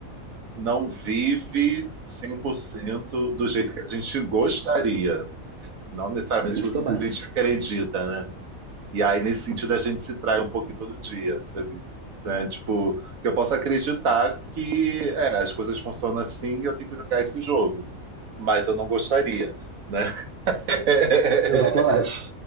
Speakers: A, on the right; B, on the right.
A: não vive 100% do jeito que a gente gostaria, não necessariamente
B: Tem
A: do
B: isso também.
A: que a gente acredita, né? E aí, nesse sentido, a gente se trai um pouquinho todo dia, sabe? Né? Tipo, que eu posso acreditar que é, as coisas funcionam assim e eu tenho que jogar esse jogo, mas eu não gostaria, né? <laughs>
B: Exatamente.